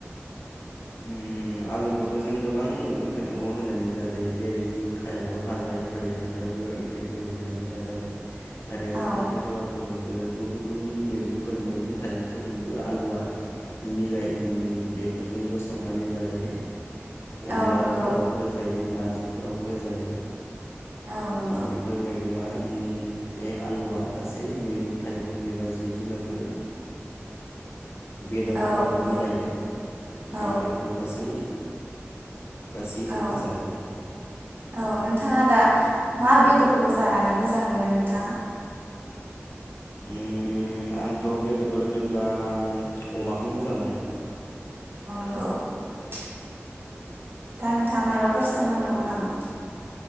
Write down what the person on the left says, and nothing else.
ओम आलुखौथ' जों गोबां मैगं थाइगं होनानै जाजायो। जेरै जिंखायावबो भाजायफोर एवनायावबो ओंख्रिफोर एवनायावबो जाजायो आरो
खांख्रिखलाफोरजोंबो गुबुन गुबुन मैगंफोर मैगं थाइगंफोरजोंबो आलुआ मिलाय बेफोरजोंबो संनानै जाजायो। अनलाफोरावबो
होजायो नारजि फोरावबो जायो।
बेफोर मैगङा ओम बे आलुआ गासै मैगं थाइगं एबा जिब जुनारबो बेदरफोरावबो
मिलायो। ओंखायनो
बेखौ गासै गासैजोंबो
जाजायो।
ओम आंथ' बेदर होनोब्ला ओ अमाखौ मोजां मोनो।